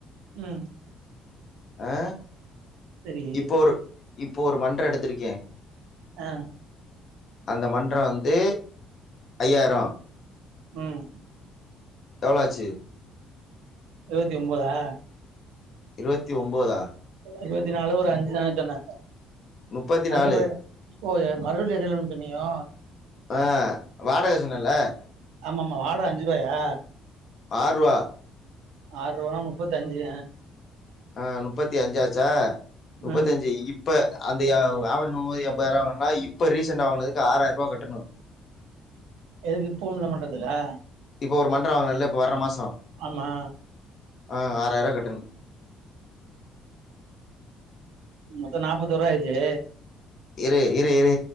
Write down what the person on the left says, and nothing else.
அ
இப்ப ஒரு இப்ப ஒரு மன்ற எடுத்திருக்கே
அந்த மன்ற வந்து ஐயாயிர
எவ்ள ஆச்சு
இருவத்தி ஒம்போதா
முப்பத்தி
நாலு
ஆ வாடக சொன்னல்ல
ஆறுவா
ஆ முப்பத்தி அஞ்சாச்சா முப்பத்தி
அஞ்சு இப் இப்ப அந்த <unintelligible> எம்பதாயிரோ வாங்கனனா இப்ப ரீசெண்ட்டா வாங்கனதுக்கு ஆறாயிர ரூபா கட்டணு
இப்ப ஒரு மன்றோ வருதுல்ல இப்ப வர்ற மாசோ
அ ஆறாய்ர்வா கட்டணு
இரு இரு இரு